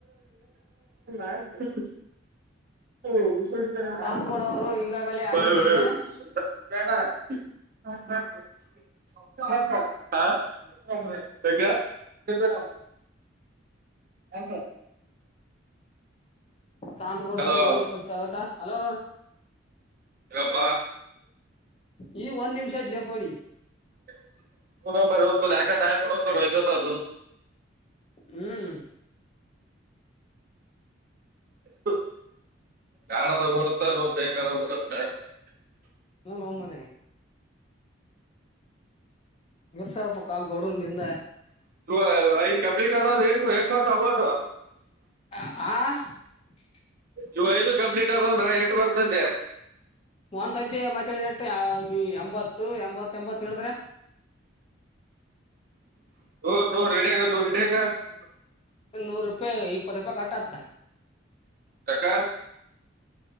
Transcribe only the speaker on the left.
ಕಾಂತಗೌಡ ಅವರು
ಈಗಾಗಲೇ ಆಗಮಿಸಿದ್ದಾರೆ
ಕಾಂತಗೌಡರವರಿಗೆ
ಸುಸ್ವಾಗತ ಹಲೋ
ಈಗ ಒಂದ್ ನಿಮಿಷ ಆತ್ಲೆ ಪೋಡಿ
ಹ್ಮ್
ಹೂ ನೋ ಮರಾಯ <unintelligible>
ಆ
ಒಂದ್ಸತಿ ಮಾತಾಡಿದಟ್ಟ ನೀ ಎಂಬತ್ತು ಎಂಬತ್ತ ಎಂಬತ್ತು ಹಿಡುದ್ರೆ
ನೂರು ರೂಪಾಯಿಗಾ ಇಪ್ಪತ್ತು ರೂಪಾಯಿ ಕಟ್ಟತ್ತ